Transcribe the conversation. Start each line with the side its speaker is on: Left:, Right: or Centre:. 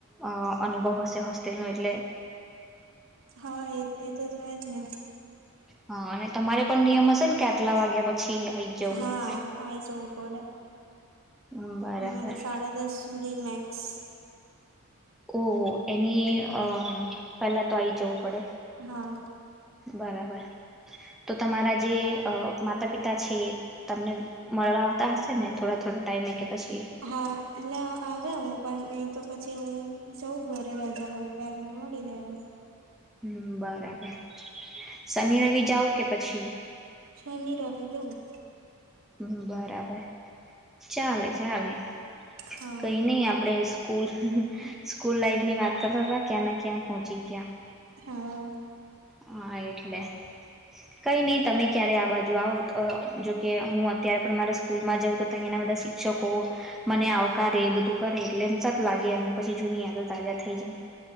Centre: અ અનુભવ હશે હોસ્ટલનું એટલે
Right: હા એ એ તો છે જ ને
Centre: હા અને તમારે પણ નિયમ હશે ને કે આટલા વાગ્યા પછી આવીઈ જવું
Right: હા આઈ જવું પડે
Centre: એમ બરાબર
Right: અમારે સાડા દસ સુધી મેક્સ
Centre: ઓ એની અમ પેલા તો આઈ જવું પડે
Right: હા
Centre: બરાબર તો તમારા જે માતા પિતા છે તમને મળવા આવતા હશે ને થોડા થોડા ટાઈમે કે પછી
Right: હા એટલે આવે અમુક પણ નહી તો પછી હું જઉં ઘરે રજા હોય ત્યારે મળી લેવાય
Centre: હમ બરાબર શનિ રવી જાવ કે પછી
Right: શન રવિ જવું
Centre: હ બરાબર ચાલે ચાલે
Right: હા
Centre: કઈ નઈ આપડે સ્કૂલ સ્કૂલ લાઈફ ની વાત કરતા હતા ક્યાં ને ક્યાં પહોંચી ગયા
Right: હા
Centre: હા એટલે કઈ નઈ તમે ક્યારે આ બાજુ આવો જોકે હું અત્યારે પણ મારા સ્કૂલમાં જાઉં તો અહીંયાના બધા શિક્ષકો મને આવકારે એ બધું કરે એટલે એમ સરું લાગે એમ પછી જૂની યાદો તાજા થઈ જાય